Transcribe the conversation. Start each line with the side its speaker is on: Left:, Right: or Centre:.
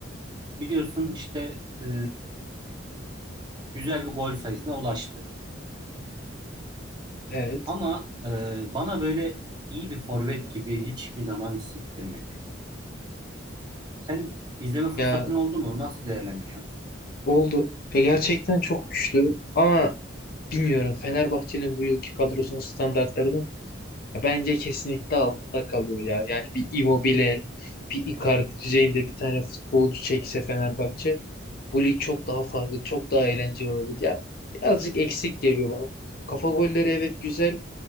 Right: biliyorsun işte e, güzel bir gol sayısına ulaştı.
Left: Evet.
Right: Ama e, bana böyle iyi bir forvet gibi hiçbir zaman hissettirmedi. Sen izleme fırsatın
Left: Ya
Right: oldu mu? Nasıl değerlendiriyorsun?
Left: oldu. Ya gerçekten çok güçlü ama Bilmiyorum Fenerbahçe'nin bu yılki kadrosunun standartlarının bence kesinlikle altında kalıyor ya. Yani bir Immobile, bir Icardi düzeyinde bir tane futbolcu çekse Fenerbahçe bu lig çok daha farklı, çok daha eğlenceli olabilir. Ya birazcık eksik geliyor bana. Kafa golleri evet güzel